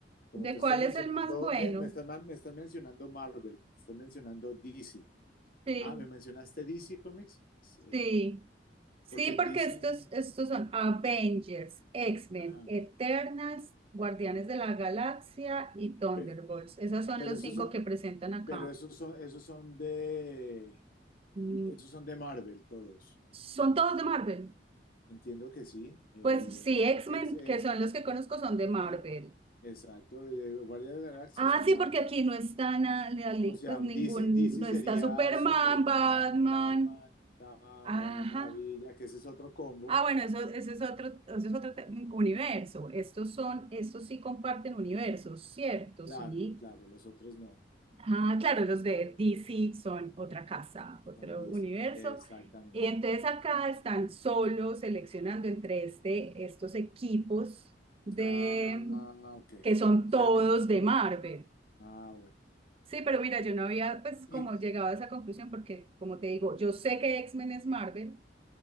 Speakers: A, on the left; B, on the right.
A: como
B: ¿de
A: tú estás
B: cuál
A: mencionando,
B: es el más bueno?
A: de- me estás, ma- me estás mencionando Marvel, me estás mencionando DC.
B: Sí,
A: Ah, me mencionaste DC Comics, Sí,
B: sí. Sí,
A: porque en
B: porque
A: DC,
B: estos, estos son Avengers, X-Men,
A: ajá,
B: Eternals, Guardianes de la Galaxia y Thunderbolts.
A: pe-
B: Esos son
A: pero,
B: los
A: esos
B: cinco
A: son,
B: que presentan acá.
A: pero esos son, esos son de,
B: Mm,
A: esos son de Marvel todos.
B: ¿Son todos de Marvel?
A: Entiendo que sí. eh,
B: Pues sí, X-Men,
A: ex- eh,
B: que son los que conozco, son de Marvel.
A: el- exacto, eh, Guardias de la Galaxia
B: Ah,
A: son
B: sí,
A: Marvel.
B: porque aquí no está nada,
A: O sea,
B: pues ningún,
A: DC, DC
B: no
A: sería
B: está Superman,
A: Superman,
B: Batman.
A: Batman, Tama,
B: Ajá.
A: la Mujer Maravilla, que ese es otro combo.
B: Ah, bueno, eso, eso es otro, eso es otro te- universo. Estos son, estos sí comparten universos, ¿cierto?
A: Claro,
B: Sí.
A: claro, los otros no,
B: Ah, claro, los de DC son otra casa, otro
A: son DC,
B: universo.
A: exactamente.
B: Y entonces acá están solo seleccionando entre este, estos equipos de
A: Ah, ok.
B: que son
A: O sea,
B: todos
A: no.
B: de Marvel.
A: Ah, bueno.
B: Sí, pero mira, yo no había pues como
A: Y
B: llegado a esa conclusión porque como te digo, yo sé que X-Men es Marvel.